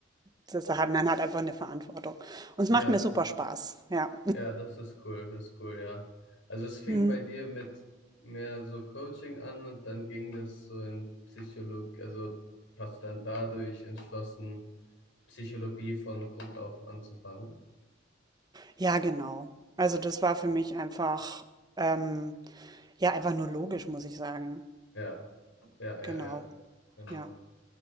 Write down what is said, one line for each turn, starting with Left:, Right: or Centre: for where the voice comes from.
Right: das hat, man hat einfach eine Verantwortung. Und es
Left: ja.
Right: macht mir super Spaß. Ja.
Left: Ja, das ist cool, das ist cool, ja. Also es fing
Right: Hm.
Left: bei dir mit mehr so Coaching an und dann ging das so in Psychologie, also hast du dann dadurch entschlossen, Psychologie von Grund auf anzufangen.
Right: Ja, genau. Also das war für mich einfach, ähm, ja, einfach nur logisch, muss ich sagen.
Left: Ja, ja,
Right: Genau.
Left: ja, ja, genau.
Right: Ja.